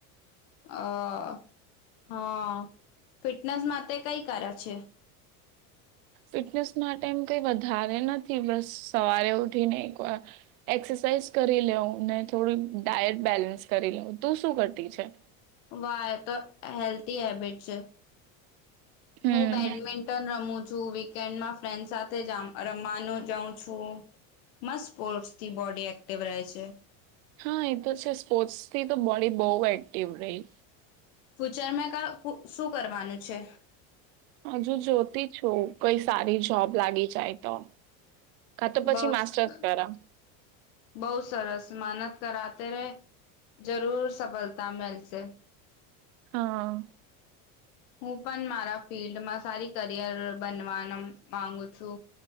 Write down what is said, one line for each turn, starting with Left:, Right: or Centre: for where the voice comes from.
Left: અહ હા ફિટનેસ માટે કઈ કરે છે?
Right: ફિટનેસ માટે એમ કઈ વધારે નથી બસ સવારે ઉઠીને એકવાર એક્સરસાઇઝ કરી લેવું ને થોડી ડાયટ બેલેન્સ કરી લેવું. તું શું કરતી છે?
Left: વાહ એ તો હેલ્થી હેબિટ છે.
Right: હમ
Left: હું બેડમિંન્ટન રમું છું. વિકેન્ડ માં ફન્ડ સાથે જામ રમવાનું જાઉં છું મસ્ત સ્પોર્ટથી બોડી એક્ટિવ રહે છે.
Right: હા એ તો છે સ્પોર્ટ્સ થી તો બોડી બહુ એક્ટિવ રહી.
Left: ફ્યુચર મે કા કો શું કરવાનું છે?
Right: હજુ જોતી છું કઈ સારી જોબ લાગી જાય તો. કા તો પછી
Left: બહુ
Right: માસ્ટર્સ
Left: સરસ.
Right: કરા
Left: બહુ સરસ માનત કરાતે રહે જરૂર સફળતા મેલશે.
Right: હા.
Left: હું પણ મારા ફિલ્ડમાં સારી કરિયર બનવાનમ માંગુ છું.